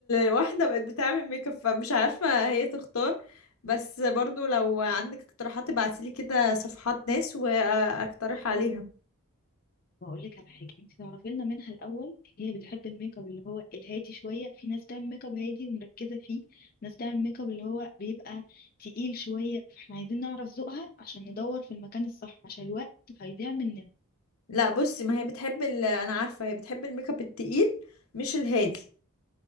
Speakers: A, on the left (about 75°); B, on the left (about 40°).
A: واحده بقت بتعمل ميك اب فمش عارفه هي تختار بس برضو لو عندك اقتراحات ابعتيلي كده صفحات ناس واقترح عليها
B: واقول لك على حاجة انت تعرفي لنا منها الاول هي بتحب الميك اب اللي هو الهادي شوية في ناس تعمل ميك اب هادي ومركزة فيه ناس تعمل ميك اب اللي هو بيبقى تقيل شوية فاحنا عايزين نعرف ذوقها عشان ندور في المكان الصح عشان الوقت هيضيع مننا
A: لا بصي ما هي بتحب ال... انا عارفه هي بتحب الميك اب التقيل مش الهادي